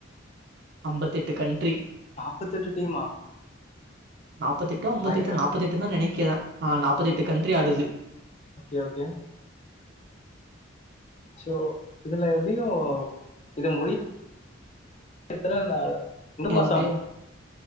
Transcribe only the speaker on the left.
நாப்பத்தெட்டு டீமா
மை காட்
ஓக்கே ஓக்கே சோ இதுல எப்டியோ இத முடி எத்தன நாளு ரெண்டு
மாசோ
ஆகு